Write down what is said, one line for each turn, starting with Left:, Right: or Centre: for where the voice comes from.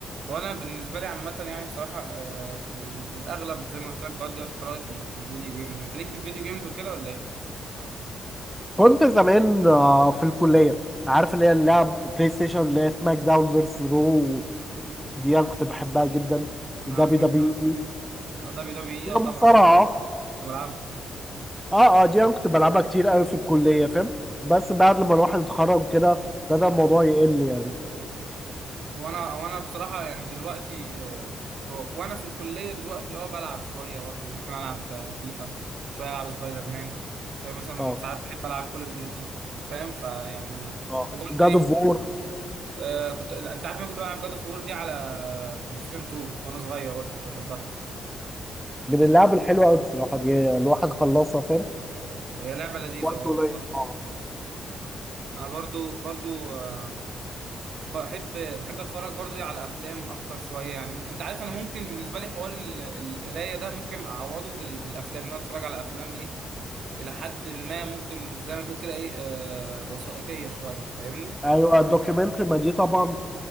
Right: وانا بالنسبه لي عامه يعني بصراحه آه، في, ال- في الاغلب زي ما قلت لك بقضي وقت فراغي في, في الفيديو جيمز انت ليك في الفيديو جيمز وكده ولا ايه؟
Centre: كنت زمان آه، في الكليه عارف اللي هي اللعب بلاي ستيشن اللي هي سماك داون فيرس رو دي انا كنت بحبها جدا ودبي
Right: انا ما سمعتش
Centre: دبي
Right: عنها اه دبليو دبليو اي
Centre: هي
Right: اه طبعا
Centre: مصارعه
Right: كنت بلعبها
Centre: اه اه دي انا كنت بلعبها كتير قوي في الكليه فاهم بس بعد لما الواحد اتخرج كده ابتدى الموضوع يقل يعني
Right: <laughs> وانا وانا بصراحه يعني دلوقتي آه، هو وانا في الكليه دلوقتي اه بلعب شويه برضه ممكن العب آه، فيفا شويه العب سبايدر مان شويه مثلا
Centre: اه
Right: ساعات بحب العب كول اوف ديوتي فاهم فيعني
Centre: اه
Right: وبرضه
Centre: جاد
Right: ايه
Centre: اوف وور
Right: آه كنت انت عارف إن انا كنت بلعب جاد اوف وور دي على بلاي ستيشن 2 وانا صغير برضه كنت بحبها
Centre: من اللعب الحلوه قوي بصراحه دي الواحد خلصها فاهم
Right: هي لعبة لذيذة
Centre: وقت
Right: اه
Centre: قليل
Right: والله
Centre: اه
Right: انا برضو برضو آه، بحب بحب اتفرج برضو ايه على افلام اكتر شوية يعني انت عارف انا ممكن بالنسبة لي حوار ال- ال- القراية ده ممكن اعوضه بال- بالافلام ان انا اتفرج على افلام ايه الى حد ما ممكن زي ما تقول كده ايه آه وثائقية شوية فاهمني؟
Centre: ايوه الدوكيومنتري ما دي طبعا